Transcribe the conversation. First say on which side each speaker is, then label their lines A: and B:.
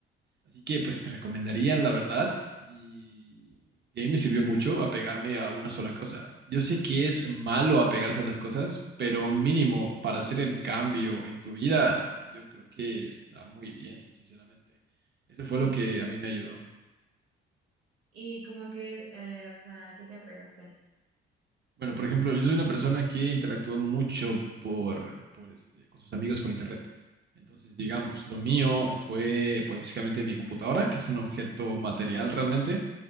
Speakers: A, on the right; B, on the right.
A: Así que pues te recomendaría, la verdad. Y, y a mí me sirvió mucho apegarme a una sola cosa. Yo sé que es malo apegarse a las cosas, pero mínimo para hacer el cambio en tu vida, yo creo que está muy bien, sinceramente. Eso fue
B: Mm.
A: lo que a mí me ayudó.
B: Y como que, eh, o sea, ¿qué te apegaste?
A: Bueno, por ejemplo, yo soy una persona que interactúa mucho por, por este, con sus amigos por internet. Entonces, digamos, lo mío fue, pues, básicamente mi computadora, que es un objeto material realmente.